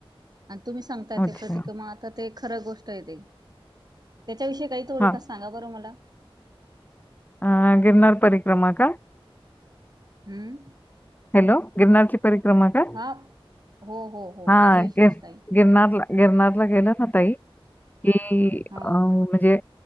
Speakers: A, on the right (about 45°); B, on the left (about 20°).
A: आणि तुम्ही सांगता
B: अच्छा.
A: ते प्रतिक्रमा आता ते खर गोष्ट आहे ते त्याच्याविषयी काही थोडफार
B: हां,
A: सांगा बरं मला.
B: ह गिरणारार परीक्रमा का?
A: हम्म.
B: हॅलो गिरनारची परिक्रमा का?
A: हा हो हो हो
B: हा
A: त्याच्याविषयीच
B: गि
A: ताई
B: गिरनारला गिरणारला गेलं ना ताई, कि
A: हा
B: अ म्हणजे